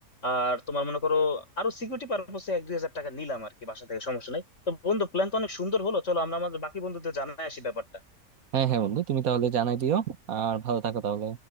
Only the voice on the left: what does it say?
আর তোমার মনে করো আরো সিকিউরিটি পারপোসে এক দুই হাজার টাকা নিলাম আর কি বাসা থেকে সমস্যা নেই তো বন্ধু প্ল্যান তো অনেক সুন্দর হলো চলো আমরা আমাদের বাকি বন্ধুদের জানাই আসি ব্যাপারটা